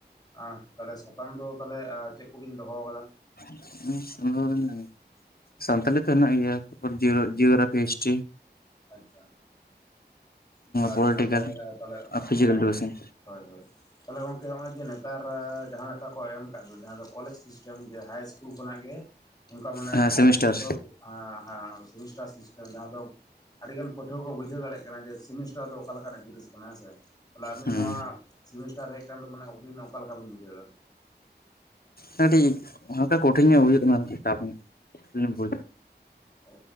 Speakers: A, on the left; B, on the left.
A: ᱟ ᱛᱟᱦᱚᱞᱮ ᱥᱟᱛᱟᱢ ᱫᱚ ᱛᱟᱦᱚᱞᱮ ᱟ ᱪᱮᱫ ᱠᱚᱵᱤᱱ ᱫᱚᱦᱚᱣ ᱠᱟᱫᱟ᱾
B: <unintelligible> ᱥᱟᱱᱛᱟᱞᱤ ᱛᱚ ᱦᱮᱱᱟᱜ ᱜᱮᱭᱟ ᱛᱟᱨᱯᱚᱨ ᱡᱤᱭᱳ ᱡᱤᱭᱳᱜᱨᱟᱯᱷᱤ, ᱦᱤᱥᱴᱨᱤ᱾
A: ᱟᱪᱪᱷᱟ᱾ ᱛᱟᱦᱚᱞᱮ
B: ᱯᱚᱞᱤᱴᱤᱠᱮᱞ
A: ᱟᱹᱰᱤ ᱱᱟᱯᱟᱭ ᱟᱨ ᱛᱟᱞᱦᱮ
B: ᱯᱷᱤᱡᱤᱠᱮᱞ
A: ᱦᱮᱸ
B: ᱮᱰᱩᱠᱮᱥᱚᱱ
A: ᱦᱳᱭ ᱦᱳᱭ᱾ ᱛᱟᱞᱦᱮ ᱜᱚᱢᱠᱮ ᱦᱚᱸᱜ-ᱚᱭ ᱡᱮ ᱱᱮᱛᱟᱨ ᱡᱟᱦᱟᱸ ᱞᱮᱠᱟ ᱠᱚ ᱮᱢ ᱠᱟᱜ ᱫᱚ ᱡᱟᱦᱟᱸ ᱫᱚ ᱠᱚᱞᱮᱡᱽ ᱥᱤᱥᱴᱮᱢ ᱡᱮ ᱦᱟᱭ ᱤᱥᱠᱩᱞ ᱠᱷᱚᱱᱟᱜ ᱜᱮ ᱚᱱᱠᱟ ᱢᱟᱱᱮ
B: ᱦᱮᱸ
A: ᱟᱹᱰᱤᱜᱟᱱ
B: ᱥᱮᱢᱤᱥᱴᱟᱨ
A: ᱯᱟᱹᱴᱷᱩᱭᱟ ᱠᱚ ᱦᱮᱸ ᱦᱮᱸ ᱟᱫᱚ ᱥᱢᱤᱥᱴᱟᱨ ᱥᱤᱥᱴᱮᱢ ᱡᱟᱦᱟᱸ ᱫᱚ ᱟᱹᱰᱤᱜᱟᱱ ᱯᱟᱹᱴᱷᱩᱣᱟᱹ ᱠᱚ ᱵᱩᱡᱷᱟᱹᱣ ᱫᱟᱲᱮᱭᱟᱜ ᱠᱟᱱᱟ ᱡᱮ ᱥᱮᱢᱤᱥᱴᱟᱨ ᱫᱚ ᱚᱠᱟ ᱞᱮᱠᱟᱱᱟᱜ ᱡᱤᱱᱤᱥ ᱠᱟᱱᱟ ᱦᱮᱸ ᱥᱮ᱾ ᱛᱟᱦᱚᱞᱮ ᱟᱵᱤᱱ
B: ᱦᱩᱸ
A: ᱱᱚᱣᱟ ᱥᱤᱢᱤᱥᱴᱟᱨ ᱦᱮᱡ ᱟᱠᱟᱱ ᱫᱚ ᱢᱟᱱᱮ ᱟᱵᱤᱱ ᱚᱠᱟᱮ ᱞᱮᱠᱟ ᱵᱤᱱ ᱵᱩᱡᱷᱟᱹᱣᱫᱟ?
B: ᱦᱮᱸ ᱠᱟᱹᱴᱤᱡ ᱦᱟᱞᱠᱟ ᱠᱚᱴᱷᱤᱱ ᱧᱚᱜ ᱱᱩᱡᱷᱟᱹᱜ ᱠᱟᱱᱟ <unintelligible>
A: ᱚ